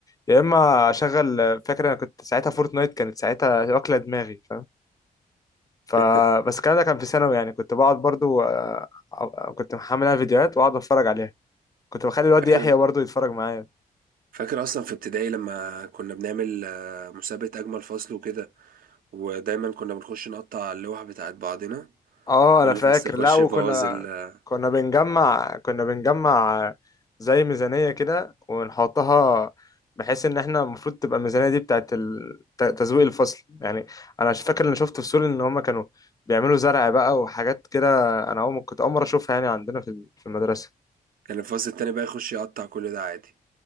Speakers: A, on the left; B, on the right.
A: يا اما اشغل فاكر انا كنت ساعتها فورتنايت كانت ساعتها واكله دماغي فاهم فبس
B: <laughs>
A: الكلام ده كان في ثانوي يعني كنت بقعد برضو آه، آه، كنت محملها فيديوهات واقعد اتفرج عليها كنت بخلي الواد
B: فاكر
A: يحيى برضو يتفرج معايا
B: فاكر اصلا في ابتدائي لما كنا بنعمل آه، مسابقة اجمل فصل وكده ودايما كنا بنخش نقطع اللوح بتاعت بعضنا
A: اه
B: كل
A: انا فاكر
B: فصل يخش
A: لا وكنا
B: يبوظ ال...
A: كنا بنجمع كنا بنجمع زي ميزانية كده ونحطها بحيث ان احنا المفروض تبقى الميزانية دي بتاعت ال- ت- تزويق الفصل يعني انا مش فاكر اللي شفته في سول ان هما كانوا بيعملوا زرع بقى وحاجات كده انا اول كنت اول مرة اشوفها يعني عندنا في ال- في المدرسة
B: كان الفصل التاني بقى يخش يقطع كل ده عادي